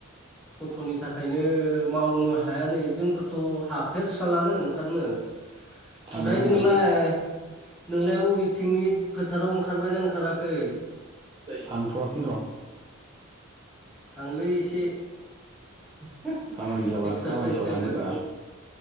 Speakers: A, in the centre; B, on the right (about 20°).
A: गथ'नि थाखायनो मावनो हाया नै जोंफोरथ' हाफेरसालानो ओंखारनो ओमफ्राय
B: थांला होनदां
A: नोंलाय नोंलाय अबेथिंनि फोथाराव ओंखारबायना ओंखाराखै
B: <inaudible> हांथ'वाखै र'
A: थांलै एसे। <unintelligible>
B: खामानि जाबा
A: एक्सारसाइस
B: खामानि जाबा
A: जागोन
B: थांगोन रा